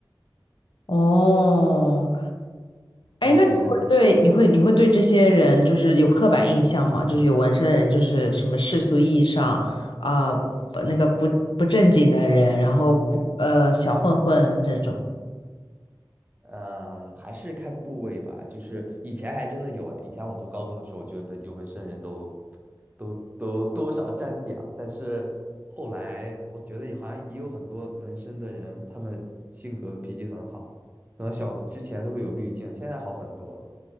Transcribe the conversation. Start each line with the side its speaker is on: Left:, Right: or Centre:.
Left: 哦，哎，
Right: 你是什么看？
Left: 那你会对你会你会对这些人就是有刻板印象吗？就是有纹身的人，就是什么世俗意义上啊，不那个不不正经的人，然后不呃小混混这种。
Right: 嗯，还是看部位吧。就是以前还真的有哎，以前我读高中的时候，我觉得纹有纹身的人都都都多少沾点儿，但是后来我觉得也好像也有很多纹身的人，他们性格脾气很好，可能小之前都会有滤镜，现在好很多了。